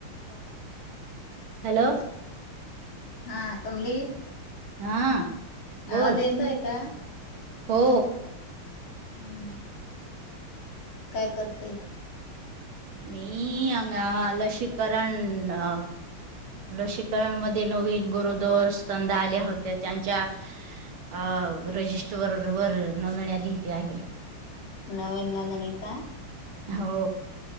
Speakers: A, on the left; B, on the right.
A: ज आपली बोलच
B: हॅलो
A: हा कमली
B: हा बोल
A: आवाज येतोय का
B: हो
A: हम्म काय करते
B: मी हंग लसीकरण अ लसीकरणमध्ये नवीन गोरोदर स्तधा आल्या होत्या त्यांच्या अ रजिस्टर वर नोंदणी लिहििते आहे
A: नवीन नोंदणी का
B: हो